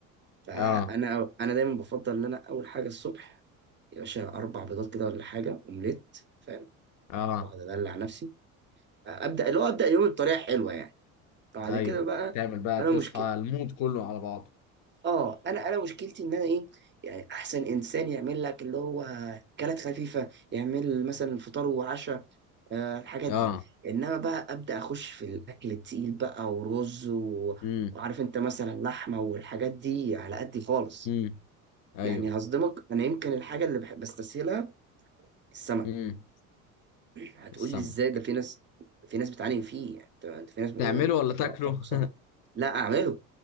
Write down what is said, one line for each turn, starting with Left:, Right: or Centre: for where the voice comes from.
Right: فانا
Left: اه
Right: انا دايما بفضل ان انا اول حاجه الصبح يا باشا اربع بيضات كده ولا حاجه اومليت فاهم
Left: اه
Right: واقعد ادلع نفسي ابدا اللي هو ابدا يومي بطريقه حلوه يعني بعد
Left: ايوه
Right: كده بقى
Left: تعمل بقى
Right: انا
Left: تصحى
Right: مشكلة
Left: المود كله على بعضه
Right: اه انا انا مشكلتي ان انا ايه يعني احسن انسان يعمل لك اللي هو اكلات خفيفه يعمل مثلا فطار وعشاء آه الحاجات
Left: اه
Right: دي انما بقى ابدا اخش في الاكل التقيل بقى ورز و...
Left: إمم.
Right: وعارف انت مثلا لحمه والحاجات دي على قدي خالص
Left: امم ايوه
Right: يعني هصدمك انا يمكن الحاجه اللي بحب بستسهلها السمك
Left: امم
Right: هتقول
Left: السمك
Right: لي ازاي ده في ناس في ناس بتعاني فيه يعني انت أنت في ناس بتقول
Left: تعمله ولا تاكله
Right: لك لا طب صح لا اعمله